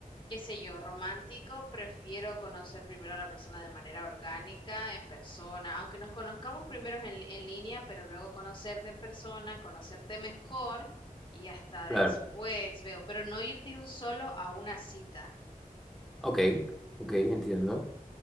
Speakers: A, on the left (about 35°); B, in the centre.
A: qué sé yo, romántico, prefiero conocer primero a la persona de manera orgánica, en persona, aunque nos conozcamos primero en, en línea, pero luego conocerte en persona, conocerte mejor y hasta
B: claro,
A: después veo, pero no ir de un solo a una cita.
B: ok, ok, entiendo.